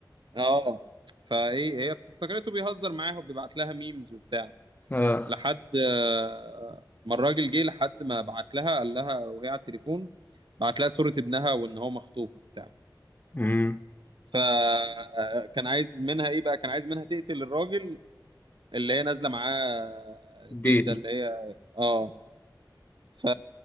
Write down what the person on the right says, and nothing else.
اه فايه هي افتكرته بيهزر معاها وبيبعت لها ميمز وبتاع
لحد آه ما الراجل جه لحد ما بعت لها قال لها وهي على التليفون بعت لها صورة ابنها وان هو مخطوف وبتاع
فكان عايز منها ايه بقى كان عايز منها تقتل الراجل اللي هي نازله معاه الديت
ده اللي هي اه ف...